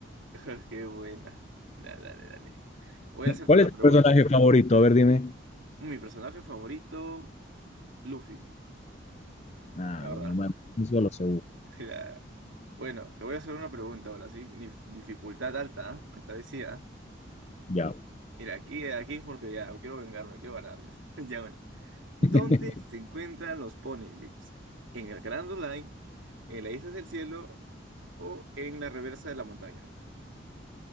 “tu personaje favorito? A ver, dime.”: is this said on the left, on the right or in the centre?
Left